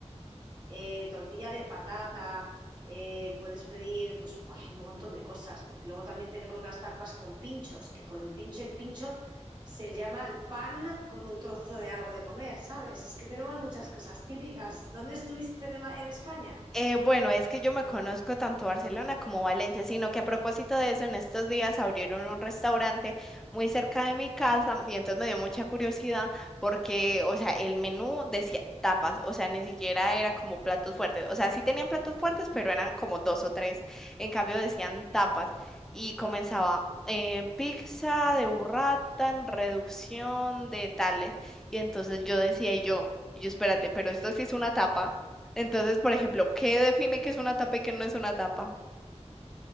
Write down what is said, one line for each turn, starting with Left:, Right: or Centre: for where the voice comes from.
Right: eh, tortilla de patata, eh, puedes pedir pues, pues, un montón de cosas, porque luego también tenemos las tapas con pinchos, que con el pincho, el pincho se llama el pan con un trozo de algo de comer, ¿sabes? Es que tenemos muchas cosas típicas. ¿Dónde estuviste en, en España?
Centre: Eh, bueno, es que yo me conozco tanto Barcelona como Valencia, sino que a propósito de eso, en estos días abrieron un restaurante muy cerca de mi casa y entonces me dio mucha curiosidad porque, o sea, el menú decía tapas, o sea, ni siquiera era como platos fuertes, o sea, sí tenían platos fuertes, pero eran como dos o tres, en cambio decían tapas y comenzaba eh, pizza de burrata en reducción de tales y entonces yo decía y yo, y yo espérate, pero esto sí es una tapa. Entonces, por ejemplo, ¿qué define que es una tapa y qué no es una tapa?